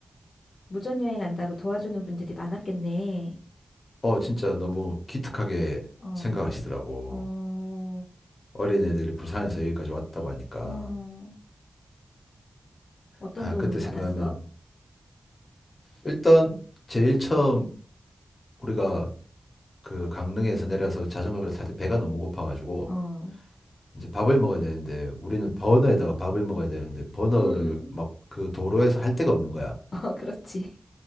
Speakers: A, on the left; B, on the left.
A: 무전여행 안다고 도와주는 분들이 많았겠네.
B: 어, 진짜 너무 기특하게
A: 어,
B: 생각하시더라고.
A: 어,
B: 어린애들이 부산에서 여기까지 왔다고 하니까.
A: 어, 어떤
B: 아,
A: 도움을
B: 그때
A: 받았어?
B: 생각하면 일단 제일 처음 우리가 그 강릉에서 내려서 자전거를 탈 때 배가 너무 고파가지고
A: 어,
B: 이제 밥을 먹어야 되는데 우리는 버너에다가 밥을 먹어야 되는데 버너를
A: 응.
B: 막 그 도로에서 할 데가 없는 거야.
A: <laughs> 어, 그렇지.